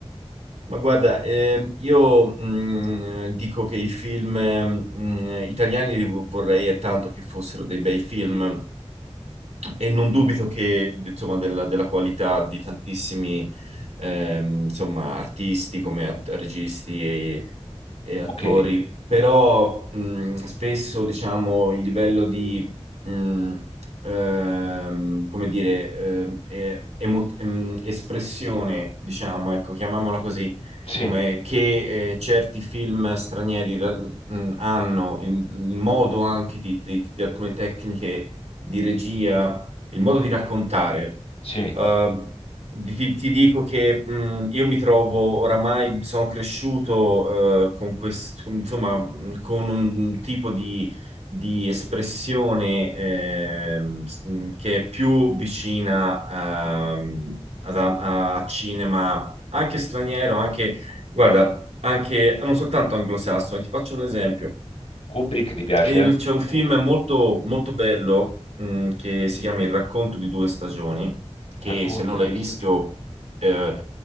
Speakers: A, on the right (about 80°); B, on the left (about 70°).
A: ma guarda, ehm, io mm, dico che i film mm, italiani li vo- vorrei e tanto che fossero dei bei film, e non dubito che, insomma, della, della qualità di tantissimi, ehm, insomma, artisti come at- registi e, e attori,
B: Ok,
A: però mh, spesso, diciamo, il livello di, mh, ehm, come dire, ehm, eh, emo- ehm, espressione, diciamo, ecco, chiamiamola così,
B: sì,
A: come che eh, certi film stranieri ra- mh, hanno, il, il modo anche di di- di alcune tecniche di regia il modo di raccontare.
B: sì.
A: Eh, ti, ti dico che mh, io mi trovo oramai, sono cresciuto eh, con questo, insomma, mh, con un tipo di, di espressione ehm, s- mh, che è più vicina ehm, ad- a, a cinema, anche straniero, anche, guarda, anche non soltanto anglosassone. Ti faccio un esempio
B: Kubrick ti piace?
A: il-
B: eh?
A: c'è un film molto, molto bello mh, che si chiama Il racconto di due stagioni,
B: Il
A: che
B: racconto
A: se non
B: di
A: l'hai
B: due
A: visto
B: stagioni.
A: eh,